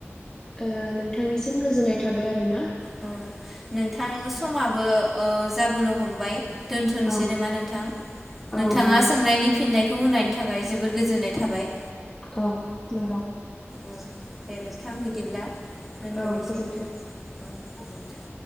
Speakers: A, on the left; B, in the centre.
A: ओ नोंथांनिसिम गोजोन्नाय थाबाय आरोना।
B: औ नोंथां समाबो ओ जाबोनो हमबाय। दोन्थनोसै
A: औ
B: नामा नोंथां?
A: औ
B: नोंथाङा
A: नंगौ
B: सोंनायनि फिननायखौ खौ होनायनि थाखाय जोबोर गोजोन्नाय थाबाय।
A: औ नोंगौ।
B: ओ दे नोंथां बिदिब्ला दोन्थनोसै
A: औ गोजोन्थों
B: औ गोजोन्थों।